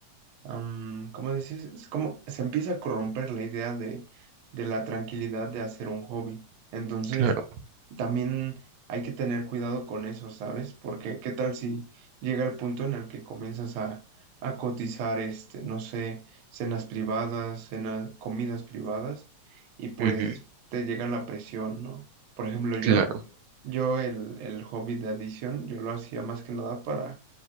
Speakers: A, on the right (about 65°); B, on the right (about 80°).
A: am, ¿cómo dices? Es como se empieza a corromper la idea de, de la tranquilidad de hacer un hobby. Entonces,
B: claro,
A: también hay que tener cuidado con eso, ¿sabes? Porque qué tal si llega el punto en el que comienzas a, a cotizar, este, no sé, cenas privadas, cenas, comidas privadas, y pues
B: ujú,
A: te llega la presión, ¿no? Por ejemplo,
B: claro.
A: yo, yo el, el hobby de adición, yo lo hacía más que nada para